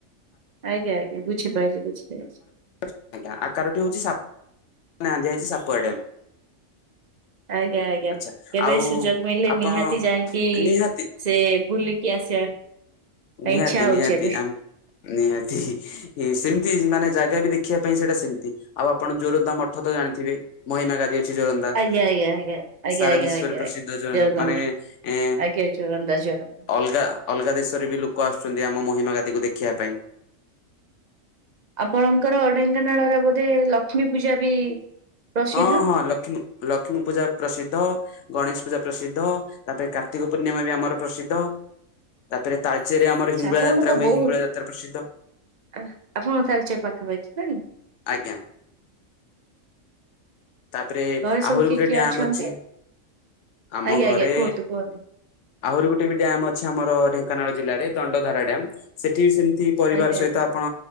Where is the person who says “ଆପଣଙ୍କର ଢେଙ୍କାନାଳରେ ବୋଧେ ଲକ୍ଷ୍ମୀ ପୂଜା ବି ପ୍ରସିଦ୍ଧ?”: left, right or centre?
Right